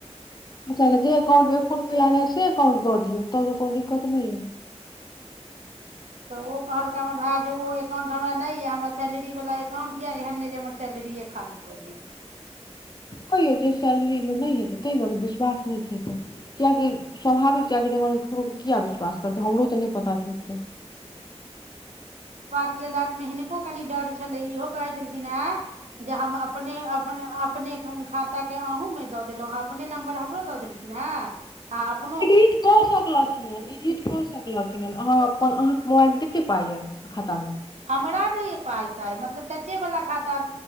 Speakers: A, on the left (about 35°); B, on the right (about 80°).
A: अच्छा त' जे एकाउंटमे एको रूपया रहै छै कांउट दऽ दियौ तऽ कोनो दिक्कत नहि य <inaudible>
B: तऽ ओ कहलकै हमरा भाय जे ओ एकाउंट हमरा नहि यए हमरा सैलरी वला एकाउंट यए एहन नहि जे हमर सैलरिए खाली कऽ दि
A: कहियौ जे सैलरी मे नहि हेतै ताहि मे अगर विश्वासा नहि छै तऽ कियकि स्वाभाविक छै जमाना किया विश्वास करते हमरो तऽ नहि पता छै ओते
B: राति मे हिनको कनि डर छलै इहो कहै छलखिन हे जे हम अपने अपने अपने हम खाताे अहूँमे दऽ देलहुँ हेँ अपने नम्बर हमरो दऽ देलखिन हेँ आ अप
A: एडिट कऽ सकलखिन एडिट कऽ सकलखिन अहाँ अपन अहाँके मोबाइल कते पाय कि खाता मे
B: हमरा नहि पााइ ताय मतलब चाचेवला खाता